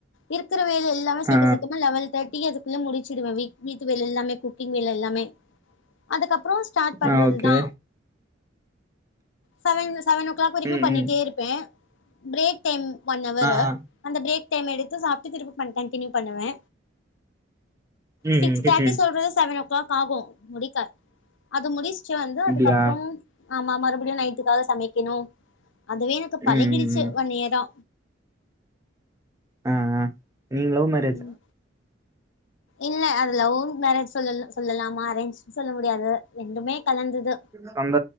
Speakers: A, on the left; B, on the right.
A: இருக்கிற வேலை எல்லாம சீக்கிர
B: ஆ
A: செஞ்சுப்ப லெவல் தேர்டிகு அதுக் குள்ள முடிச்சிடுவே வீட்டு வேல எல்லாமே குக்கிங் வேல எல்லாமே அதுக்கப்புற ஸ்டார்ட் பண்றது
B: ஆ ஓகே
A: தா செவன் செவன் ஓ கிளாக் வரைக்கு
B: ம்
A: பண்ணிட்டே
B: ம்
A: இரு பே பிரேக் டைம் ஒன் அவரு
B: ஆ ஆ
A: அந்த பிரேக் டைம் எடுத்து சாப்ட்டு திருப்பி பண் கண்டினியூ பண்ணுவே
B: ம்
A: சிக்ஸ்
B: ம் ம்
A: தேர்ட்டி
B: ம்.
A: சொல்றது செவனோ கிளாக் ஆகு முடிக்க அது முடிச்ட்டு வந்து
B: இப்படியா
A: அதுக்கப்புற ஆமா மறுபிடியு நைட்டுக்காக சமைக்கிணு அதுவே எனக்கு பழகிடுச்சு
B: ம் ம் ம்.
A: ஒன் இயர்ரா
B: ஆ ஆ நீ லவ் மேரே
A: ம் இல்ல அது லவ் மேரேஜ் சொல்ல சொல்லலாமா அரேஞ்ச் சொல்ல முடியாது ரெண்டுமே கலந்தது
B: சொந்த